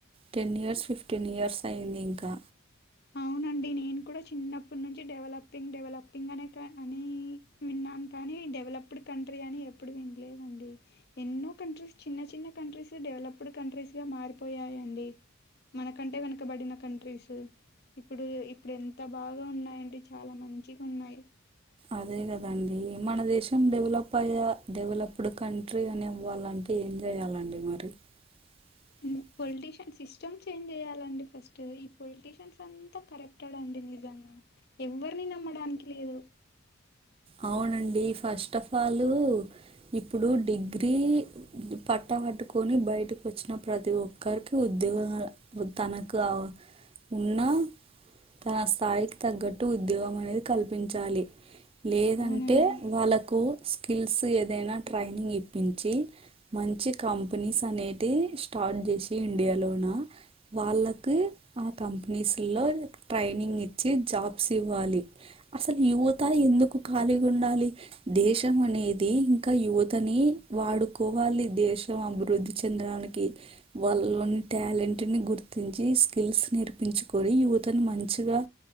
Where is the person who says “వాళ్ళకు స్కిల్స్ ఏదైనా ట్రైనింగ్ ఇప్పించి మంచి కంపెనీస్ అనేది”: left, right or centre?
Right